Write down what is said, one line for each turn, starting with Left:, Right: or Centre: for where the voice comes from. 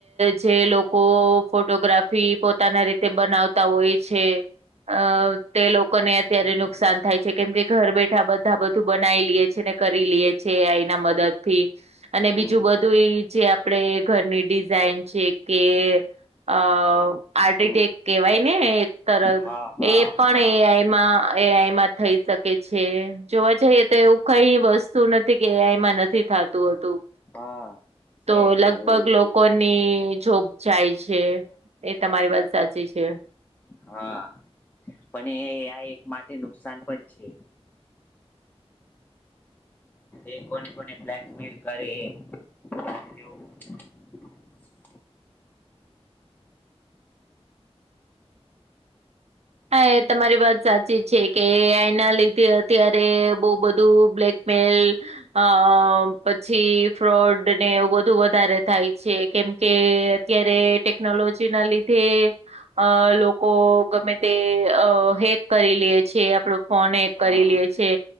Right: જે લોકો ફોટોગ્રાફી પોતાના રીતે તે બનાવતા હોય છે અ તે લોકોને અત્યારે
Left: હમ
Right: નુકસાન થાય છે કેમ કે ઘર બેઠા બધા બધું બનાવી લઈએ છે. કરી લ છે એના મદદ થી અને
Left: હમ
Right: બીજું બધું તો એ જે આપડ ઘરની ડિઝાઇન છે કે અ આર્ટિટેક્ટ
Left: હમ
Right: કેહેવાય ને એક તરફ
Left: હા હા
Right: એ પણ
Left: હા
Right: એ એઆમાં થઈ શકે છે જોવા જઈએ તો એવું કઈ વસ્તુ શું નથી કે એઆઈમાં નથી થતું હતું
Left: હા સેમ
Right: તો લગભગ
Left: એવું
Right: લોકો કોની જોબ જાય છે એ તમારી વાત સાચી છે.
Left: હા પણ એ આ એક માટે નુકસાન પણ છે. એ કોને કોને બ્લેકમેલ કરે. જવ.
Right: હા તમારી વાત સાચી છે કે આના લીધે અત્યારે બહુ બધું બ્લેક મેલ અ પછી ફ્રોડ ને એવું બધું વધારે થાય છે. કેમ કે અત્યારે ટેકનોલોજી ના લીધે અ લોકો ગમે તે અ હેક કરી લે છે આપણો ફોન હેક
Left: હા
Right: કરી લે છે.